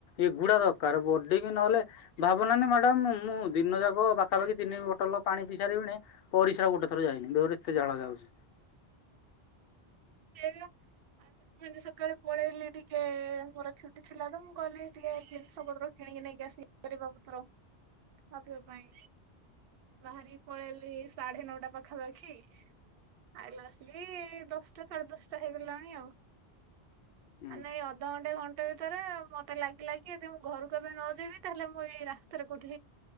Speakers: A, on the left; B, on the right.
A: ଏଗୁଡା ଦରକାର। ବଡିିକ ନହେଲେ ଭାବୁନାହାନ୍ତି ମ୍ୟାଡ଼ାମ ମୁଁ ଦିନ ଯାକ ବା ପାଖାପାଖି ତିନି ବୋଲ ପାଣି ପିଇଶାରିବିଣି। ପରିଶା ଗୋଟେ ଥର ଯାଇନି ଦେ କେତେ ଝାଳ ଯାଉଛି।
B: ହେ ଆଉ ମୁଁ ଏ ସକାଳେ ପଳେଇଲି ଟିକେ ମୋର ଛୁଟି ଥିଲା ତ ମୁଁ ଗଲି ଟିକେ ଜିନିଷ ପତ୍ର କିଣିକି ନେଇକି ଆସି ପରିବା ପତ୍ର ଅଧିକ ପାଇଁ ବାହାରି ପଳେଇଲି ସାଢେ ନଅଟା ପାଖାପାଖି ଆଲା ଆସିଲି ଦଶଟା। ଦଶଟା ସାଢେ ଦଶଟା ହେଇଗଲାଣି ଆଉ।
A: ହୁଁ
B: ନାଇଁ ଅଧଘଣ୍ଟେ ଘଣ୍ଟେ ଭିତରେ ମତେ ଲାଗି ଲାଗି ଯଦି ମୁଁ ଘରକୁ ଏବେ ନ ଯେଇବି ତାହେଲେ ମୁଁ ଏଇ ରାସ୍ତାରେ କୋଉଠି